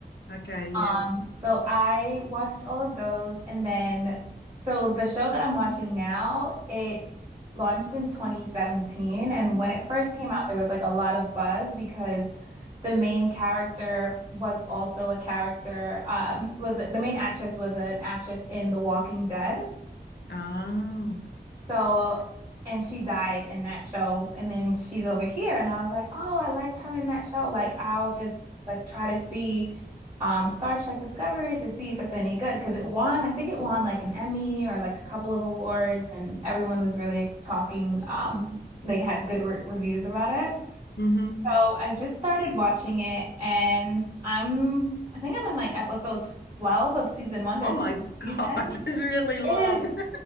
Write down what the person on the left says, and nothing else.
Okay, yeah.
Oh.
<laughs>
hmm
Oh my God,
<laughs> it's really long.